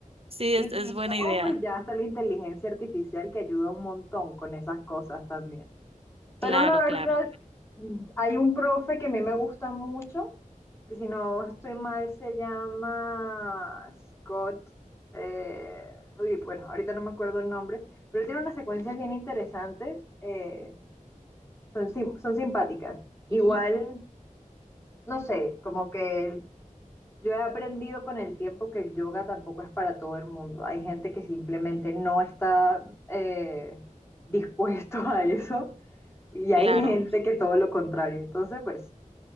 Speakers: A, on the right (about 45°); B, on the left (about 20°).
A: Sí,
B: Y
A: es
B: si
A: es
B: no,
A: buena idea.
B: pues ya está la inteligencia artificial que ayuda un montón con esas cosas también. Pero
A: Claro,
B: la verdad,
A: claro.
B: hay un profe que a mí me gusta mucho, que si no estoy mal se llama Scott, eh, uy, bueno, ahorita no me acuerdo el nombre, pero él tiene unas secuencias bien interesantes, eh, son, sim- son simpáticas. Igual,
A: Ujú,
B: no sé, como que el- yo he aprendido con el tiempo que el yoga tampoco es para todo el mundo. Hay gente que simplemente no está eh, dispuesto a eso. Y hay
A: claro.
B: gente que todo lo contrario. Entonces, pues,